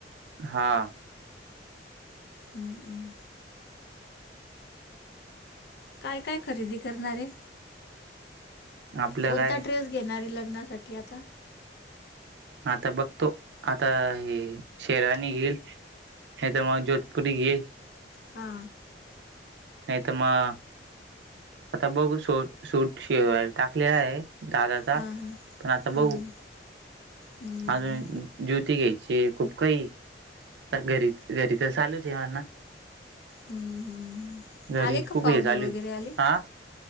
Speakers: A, on the right; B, on the left.
A: हा.
B: हम्म. काय काय खरेदी करणारे
A: आपलं
B: कोणता
A: काय
B: ड्रेस घेणारे लग्नासाठी ठी आता.
A: आता बघतो आता शेरावानी घेईल ह तर मग जोधपुरी घी
B: हा.
A: नाही तर मग आता बघघ सट सूट शि टाकलेला आहे दादाचा
B: हां हां
A: पण आता
B: हम्म
A: बघु
B: हम्म
A: अजून जुती घ्यायची खूप काही घरी घरीच चालूच आहे म्हणा
B: हम्म हम्मम्
A: घरी
B: आले का
A: खूप
B: पाहुणे
A: हे चालू
B: वगैरे
A: आहे.
B: आले
A: हा